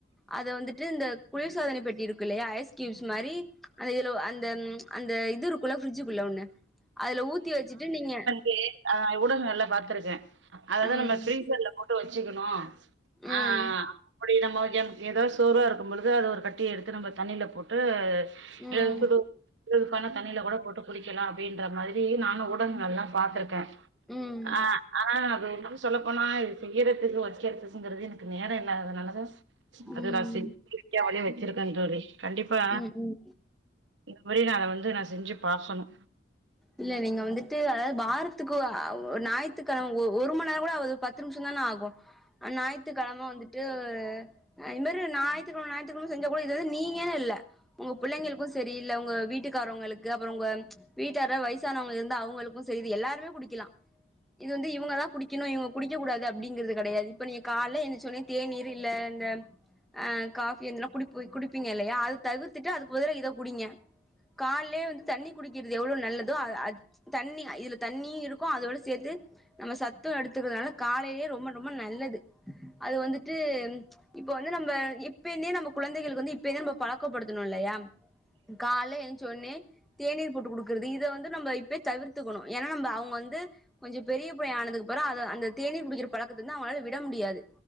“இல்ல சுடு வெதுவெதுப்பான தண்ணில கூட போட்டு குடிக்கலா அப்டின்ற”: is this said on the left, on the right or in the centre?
Right